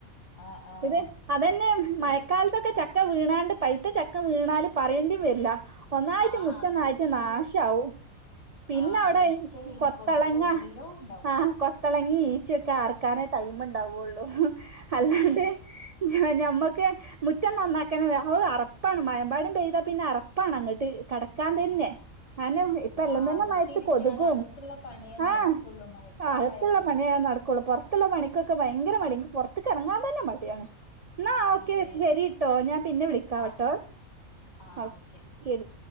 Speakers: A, on the left; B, on the right.
A: ആഹ് ആഹ്
B: ഇത് അതന്നെ മയക്കാല്
A: ഇവി
B: ത്തോക്കെ ചക്ക വീണാണ്ട് പൈത്ത ചക്ക വീണല് പറയേണ്ടി വരില്ല ഒന്നായിട്ട്
A: ആഹ്
B: മുറ്റനയിട്ട്
A: അതില് ഫുൾ
B: നാശവും പിന്നെവിടെ
A: ആഹ് ഈച്ചയും
B: കൊത്തളങ്ങ
A: കൊതുകും എല്ലോം ഉണ്ടാവും
B: ആഹ കൊത്തളങ്ങി ഈച്ചയൊക്കെ ആർക്കാനേ ടൈം ഉണ്ടാവുള്ളൂ അല്ലാണ്ട്
A: അതെ
B: ജ്ച്ച ഞമ്മക്കെ മുറ്റം നന്നാക്കണത് അത് അറപ്പാണ് മായമ്പാടം പെയ്താ പിന്നെ അറപ്പാണ് അങ്ങട്ട് കട ക്കാൻ
A: ആഹ്
B: തന്നെ ആനേ ഇപ്പ
A: ആഹ്
B: എല്ലാം തന്നെ
A: അകത്തിരിക്കാൻ
B: മയത്ത് കൊതുകും
A: അകത്തുള്ള പണിയേ
B: ആഹ
A: <inaudible>
B: അകത്തുള്ള
A: പിന്നെ
B: പണിയ നടക്കുള്ളൂ പുറത്തുള്ള പണിക്കൊക്കെ ഭയങ്കര മടി എക്ക് പുറത്തകെറങ്ങാൻ തന്നെ മടിയാണ് ന്നാ ഓക്കെ
A: അതെ
B: ശരിട്ടോ ഞാൻ പിന്നെ വിളിക്കാവട്ടോ
A: ആഹ് ആഹ്
B: അഹ്
A: ഓക്കെ
B: ശരി